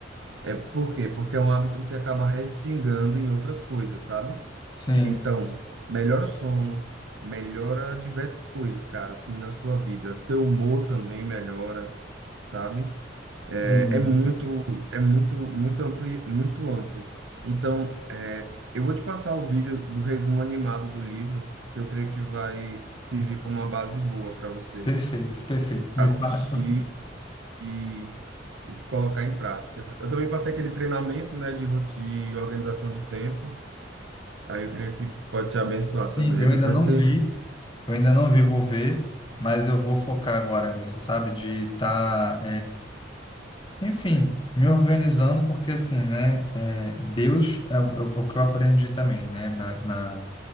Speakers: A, on the right; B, on the left.
A: É por quê? Porque é um hábito que acaba respingando em outras coisas, sabe?
B: Sim,
A: Então, melhora o sono, melhora diversas coisas, cara, assim, na sua vida. Seu humor também melhora sabe? é
B: Uhum.
A: é muito, é muito, muito ampli, muito amplo. Então, é, eu vou te passar o vídeo do resumo animado do livro, que eu creio que vai servir como uma base boa para você
B: Perfeito, perfeito.
A: assistir
B: Me passa assim.
A: e, e colocar em prática. Eu também passei aquele treinamento, né, de, roti- de organização de tempo. Aí eu creio que pode te abençoar
B: Sim,
A: também.
B: eu
A: Aí depois
B: ainda não
A: você,
B: vi, Eu ainda não vi, vou ver, mas eu vou focar agora nisso, sabe? De estar, enfim, me organizando, porque assim, né? é, Deus é o, é o que eu aprendi também, né? Na, na,